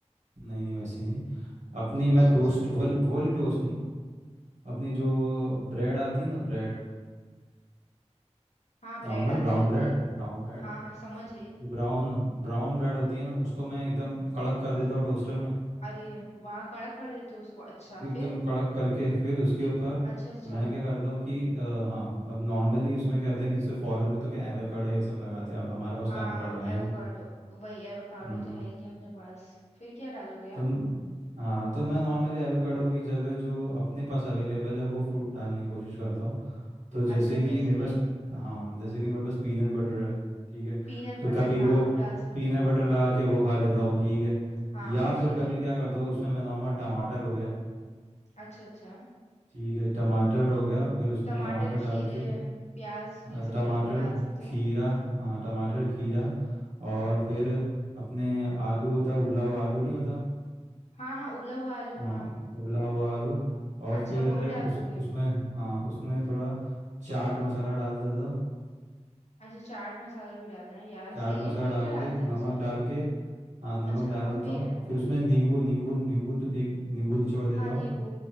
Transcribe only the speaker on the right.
नहीं नहीं वैसी नहीं अपनी
मैं
टोस्ट वो वाली- वो वाली टोस्ट नहीं अपनी जो ब्रेड आती है ना bread
normal
brown
bread Brown bread
brown brown bread होती है ना उसको मैं एकदम कड़क कर देता हूँ टोस्टर में
एकदम
कड़क करके फिर उसके ऊपर
मैं क्या करता हूँ कि अ, हाँ अब नॉर्मली इसमें क्या होता है कि जैसे फॉरेन में तो क्या एवोकाडो ये सब लगाते हैं अब हमारे पास
तो एवोकाडो है
नहीं
हम्म
तो
म- हाँ तो मैं नॉर्मली एवोकाडो की जगह जो अपने पास अवेलेबल है वो फ्रूट डालने की कोशिश करता हूँ तो जैसे
कि
मेरे
पास हाँ जैसे कि मेरे पास पीनट बटर है ठीक है
तो
कभी
वो
पीनट
बटर लगा के वो खा लेता हूँ ठीक है
या फिर
कभी
क्या करता हूँ उसमें मैं नॉर्मल टमाटर हो गया
ठीक है टमाटर हो गया फिर उसमें
टमाटर
डाल के
अ,
टमाटर
खीरा
हाँ टमाटर
खीरा और फिर अपने आलू होता है उबला हुआ आलू नहीं होता
हाँ
उबला हुआ आलू और
फिर
उस
उसमें हाँ उसमें थोड़ा चाट मसाला डालता था
चाट
मसाला
डाल
के
नमक डाल के हाँ नमक
डाल
देता
हूँ
फिर उसमें नींबू नींबू नींबू दो- एक नींबू निचोड़ देता
हूँ